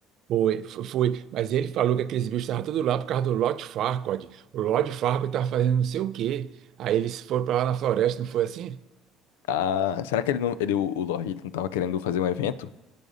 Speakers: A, on the right (about 60°); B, on the left (about 80°).
A: Foi, fo- foi, mas ele falou que aqueles bichos estavam tudo lá por causa do Lord Farquaad. O Lord Farquaad estava fazendo não sei o quê. Aí eles foram para lá na floresta, não foi assim?
B: Ah, será que ele não, ele, o, o Lorde, ele não tava querendo fazer um evento?